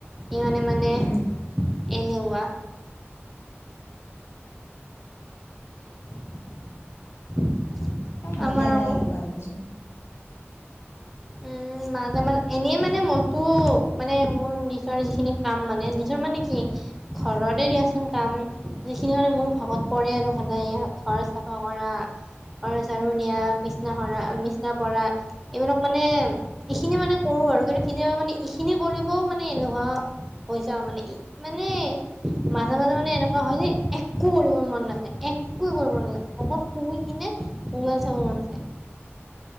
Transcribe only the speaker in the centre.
সিমানে মানে
এলেহুৱা <inaudible>
আমাৰ
আকৌ
উম মাজে মাজে এনে মানে মইতো মানে মোৰ নিজৰ যিখিনি কাম মানে নিজৰ মানে কি ঘৰতেই দিয়াচোন কাম যিখিনি মানে মোৰ ভাগত পৰে আৰু সদায় এয়া ঘৰ চাফা কৰা ঘৰ চাৰু নিয়া, বিচনা সৰা, বিচনা পৰা এইবিলাক মানে এইখিনি মানে কৰো আৰু কিন্তু কেতিয়াবা মানে এইখিনি কৰিবও মানে এলেহুৱা হৈ যাওঁ মানে মানে মাজে- মাজে মানে এনেকুৱা হয় যে একো কৰিব মন নায একোই কৰিব নাযায় অকল শুই কিনে মোবাইল চাব মন যায়।